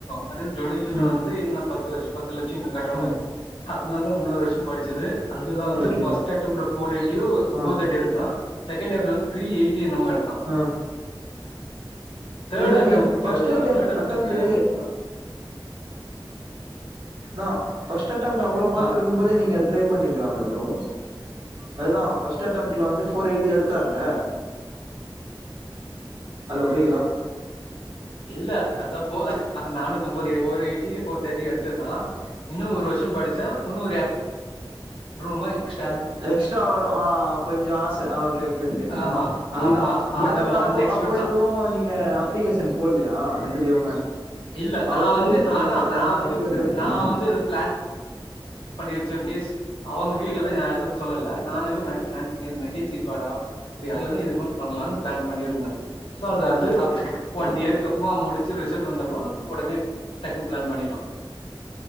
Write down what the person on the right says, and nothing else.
ம்
ம்
ஓகே
ஆ
ஆ
இல்ல
நீ ஃபர்ஸ்ட்
ஐட்டம்
அட்டம்ட்டு தான் பர்ஸ்ட் அட்டம்ட் அவ்ளோ மார்க்
எடுக்கும் போதே நீங்க ட்ரை பண்ணிருக்கலாமே ப்ரோ அதுதான் பர்ஸ்ட் அட்டம்ட்ல வந்து போர் எயிட்டி எடுத்தாருல ஹலோ கேக்குதா
எக்ஸ்ட்ரா வரும் ஆஹ் கொஞ்சம் ஆசை ஆ் ஓகே ஓகே ஓகே அப்படிதான்
பட்
வந்து அப்போ
அப்போ
எதுவும் நீங்க அப்ளிகேஷன் போடலையா எதுலயுமே
அவர் சொல்லிருப்பார்ல
வேற
எதனா
இப்பயே ட்ரை பண்ணுவா
ஓகே